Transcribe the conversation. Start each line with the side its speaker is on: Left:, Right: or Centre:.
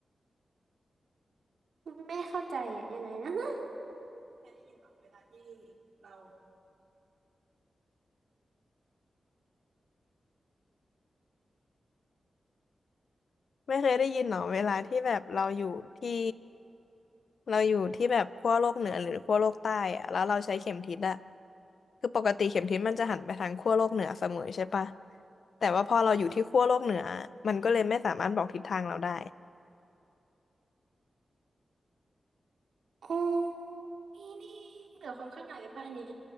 Right: ไม่เข้าใจอ่ะยังไงนะแค่ได้ยินเหรอเวลาที่เรา
Left: ไม่เคยได้ยินหรอเวลาที่แบบเราอยู่ที่เราอยู่ที่แบบขั้วโลกเหนือหรือขั้วโลกใต้อะแล้วเราใช้เข็มทิศอะคือปกติเข็มทิศมันจะหันไปทางขั้วโลกเหนือเสมอใช่ปะแต่ว่าพอเราอยู่ที่ขั้วโลกเหนือมันก็เลยไม่สามารถบอกทิศทางเราได้
Right: โอ้นี่นี่เหนือความคาดหมายไปป่ะอันเนี้ย